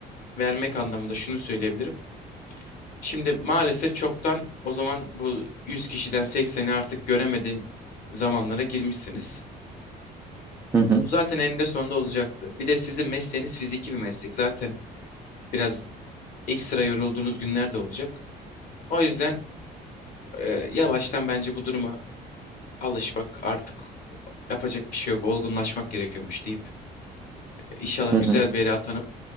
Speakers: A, on the left (about 55°); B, on the right (about 15°).
A: vermek anlamında şunu söyleyebilirim. Şimdi maalesef çoktan o zaman bu 100 kişiden sekseni artık göremediğin zamanlara girmişsiniz.
B: Hı hı.
A: Bu zaten eninde sonunda olacaktı. Bir de sizin mesleğiniz fiziki bir meslek. Zaten biraz ekstra yorulduğunuz günler de olacak. O yüzden e, yavaştan bence bu duruma alışmak artık yapacak bir şey yok. Olgunlaşmak gerekiyormuş deyip İnşallah
B: Hı
A: güzel
B: hı.
A: bir yere atanıp